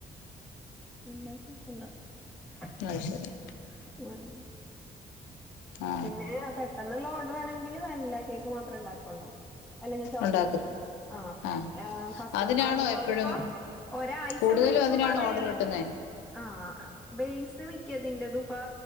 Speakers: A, in the centre; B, on the left.
A: ഉണ്ടാക്കിക്കൊണ്ട ആഹ്
B: അത് ശരി
A: ആഹ്
B: ആ
A: പിന്നെതെ എ പെട്ടെന്നുള്ള ഓർഡെറ് ആണെങ്കില് വാനില കേക്ക് മാത്രം ഉണ്ടാക്കുള്ളോ. അല്ലെങ്കിൽ ചോക്ലേറ്റ്.
B: ഉണ്ടാക്കും
A: ആഹ്,
B: ആ
A: ആഹ കസ്റ്റമ
B: അതിനാണോ
A: അതുപോലെയിപ്പോ
B: എപ്പഴും
A: ഒരാഴ്ച
B: കൂടുതലും
A: മുൻപ്
B: അതിനാണോ
A: പറയ
B: ഓർഡർ കിട്ടുന്നേ
A: ആഹ ബേസ് മിക്കതിന്റേത് ഇപ്പോ